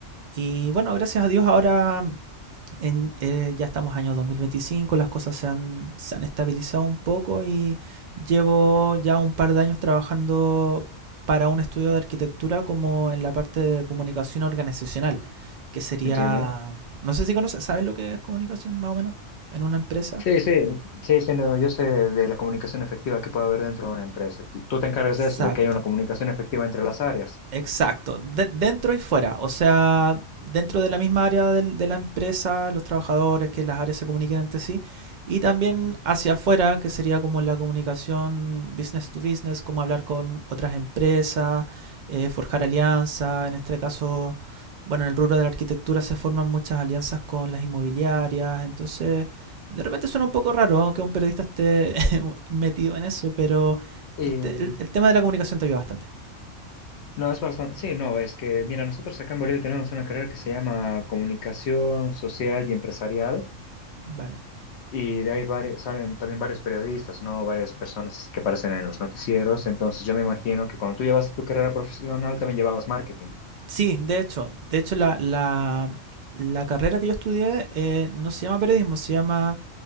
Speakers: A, on the right; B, on the left.
A: Y bueno, gracias a Dios ahora en, eh, ya estamos año 2025, las cosas se han, se han estabilizado un poco y llevo ya un par de años trabajando para un estudio de arquitectura como en la parte de comunicación organizacional, que sería,
B: Entiendo.
A: no sé si conoces, ¿sabes lo que es comunicación más o menos en una empresa?
B: Sí, sí, sí, sí, no, yo sé de la comunicación efectiva que puede haber dentro de una empresa. Que Tú te encargas
A: Exacto.
B: de eso, de que haya una comunicación efectiva entre las áreas.
A: Exacto, de- dentro y fuera, o sea, dentro de la misma área del- de la empresa, los trabajadores, que las áreas se comuniquen entre sí, y también
B: Ujú.
A: hacia afuera, que sería como la comunicación business to business, como hablar con otras empresas, eh, forjar alianzas, en este caso, bueno, en el rubro de la arquitectura se forman muchas alianzas con las inmobiliarias, entonces, de repente suena un poco raro que un periodista esté <laughs> metido en eso, pero
B: Y
A: el te- el- el tema de la comunicación te ayuda bastante.
B: no, es bastante, sí, no, es que, mira, nosotros acá en Bolivia tenemos una carrera que se llama Comunicación Social y Empresarial.
A: Vale.
B: Y de ahí vari- salen también varios periodistas, ¿no? Varias personas que aparecen en los noticieros. Entonces yo me imagino que cuando tú llevaste tu carrera profesional también llevabas marketing.
A: Sí, de hecho, de hecho la, la, la carrera que yo estudié eh, no se llama periodismo, se llama